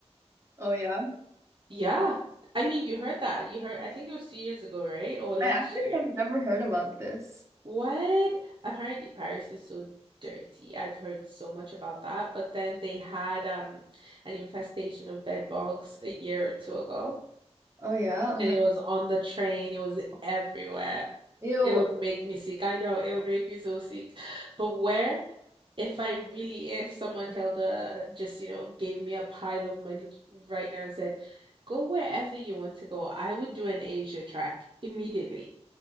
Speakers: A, on the right (about 25°); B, on the right (about 50°).
A: Oh yeah.
B: Yeah. I mean, you heard that. You heard, I think it was two years ago, right? Or last
A: I actually
B: year.
A: have never heard about this.
B: What? Apparently, Paris is so dirty. I've heard so much about that. But then they had um an infestation of bed bugs a year or two ago.
A: Oh yeah. Oh
B: And
A: my.
B: it was on the train, it was everywhere.
A: Ew.
B: It would make me sick. I know it would make me so sick. But where if I really if someone held a just, you know, gave me a pile of money right now and said, "Go wherever you want to go." I would do an Asia track immediately.